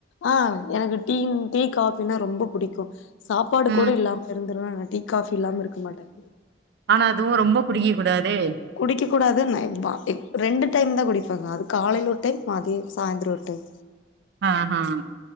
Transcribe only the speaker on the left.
ஆஹ் எனக்கு டீயும் டீ காபினா ரொம்ப பிடிக்கும் சாப்பாடு
கூட இல்லாம இருந்துருலாங்க டீ காபி இல்லாம இருக்க மாட்டேன்
குடிக்க கூடாது நான் இருந்தே அப்பே ரெண்டு டைம் தான் குடிப்பாங்க அது காலையில ஒரு டைம் மாதிய சாய்ந்தரம் ஓரு டைம்